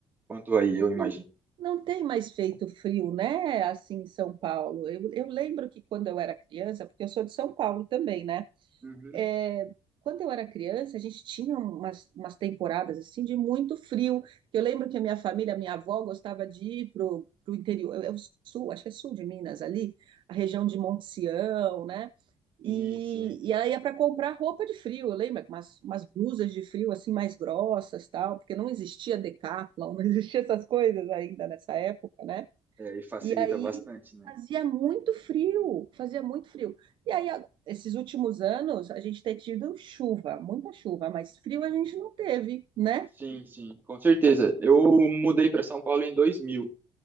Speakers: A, on the right; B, on the right.
A: quanto aí, eu imagino.
B: Não, não tem mais feito frio, né? Assim em São Paulo. Eu, eu lembro que quando eu era criança, porque eu sou de São Paulo também, né?
A: Uhum.
B: é, quando eu era criança, a gente tinha umas, umas temporadas assim de muito frio. Que eu lembro que a minha família, a minha avó gostava de ir pro, pro interior, é é o sul, acho que é sul de Minas ali, a região de Monte Sião, né? E,
A: Sim, sim.
B: e ela ia para comprar roupa de frio, lembra? Umas, umas blusas de frio assim mais grossas, tal, porque não existia Decathlon, <laughs> não existia essas coisas ainda nessa época, né?
A: É, e facilita
B: E aí
A: bastante, né?
B: fazia muito frio, fazia muito frio. E aí, a- esses últimos anos, a gente tem tido chuva, muita chuva, mas frio a gente não teve, né?
A: Sim, sim, com certeza. Eu mudei para São Paulo em 2000.